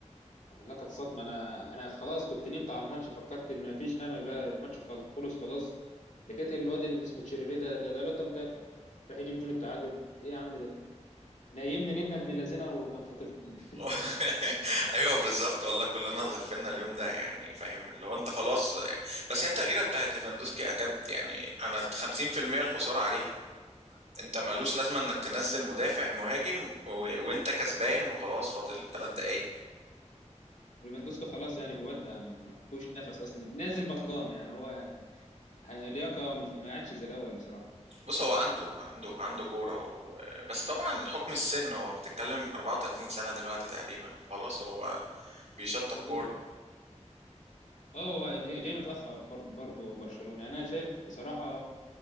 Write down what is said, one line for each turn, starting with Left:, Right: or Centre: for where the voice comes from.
Left: والله كانت صدمه انا انا خلاص كنت نمت على الماتش فكرت ان مفيش امل بقى الماتش خل- خلص خلاص لقيت الواد اللي اسمه تشيربي ده ده ده الواد ده مدافع راح يجيب جون التعادل ايه يا عم ده نيمني نينا ابن اللذينه وكان خاطفنا
Right: <laughs> أيوه بالضبط والله كلنا اتغفلنا اليوم ده يعني فاهم اللي هو أنت خلاص بس هي التغييرة بتاعت ليفاندوسكي أكاد يعني أنا 50% الخسارة عليها أنت مالوش لازمة إنك تنزل مدافع مهاجم و... وأنت كسبان وخلاص فاضل ثلاث دقايق
Left: وليفاندوسكا خلاص يعني بيودع يعني ما فيهوش نفس اصلا نازل بطلان يعني هو اللياقه مش ما عادش زي الاول بصراحه
Right: بص هو عنده عنده عنده كورة و... بس طبعا حكم السن هو بتتكلم 34 سنة دلوقتي تقريبا خلاص هو بيشطب
Left: معذور
Right: كورة
Left: اه هو جاي جاي متاخر فر- برضه برشلونه يعني انا شايف بصراحه